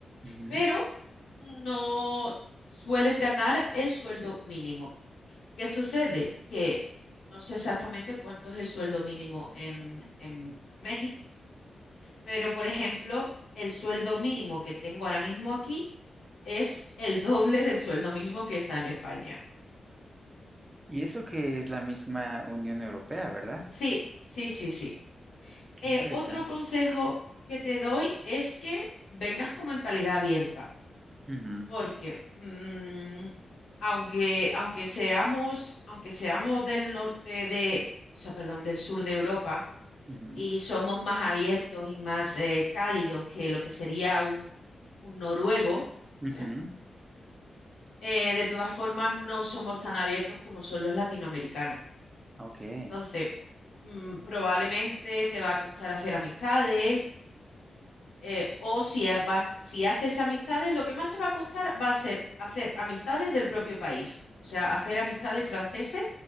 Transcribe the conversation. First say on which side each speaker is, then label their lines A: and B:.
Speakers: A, on the right; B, on the left.
A: Ujú,
B: pero no sueles ganar el sueldo mínimo. ¿Qué sucede? Que no sé exactamente cuánto es el sueldo mínimo en, en México Pero, por ejemplo, el sueldo mínimo que tengo ahora mismo aquí es el doble del sueldo mínimo que está en España.
A: Y eso que es la misma Unión Europea, ¿verdad?
B: Sí, sí, sí, sí.
A: Qué
B: Eh,
A: interesante.
B: otro consejo que te doy es que vengas con mentalidad abierta,
A: Ujú,
B: porque mm, aunque, aunque seamos, aunque seamos del norte de, o sea, perdón, del sur de Europa
A: ujú,
B: y somos más abiertos y más eh, cálidos que lo que sería un, un noruego,
A: ujú.
B: ¿vale? Eh, de todas formas, no somos tan abiertos como son los latinoamericanos.
A: Okey.
B: Entonces, mm, probablemente te va a costar hacer amistades, eh, o si, ha- vas- si haces amistades, lo que más te va a costar va a ser hacer amistades del propio país. O sea, hacer amistades franceses.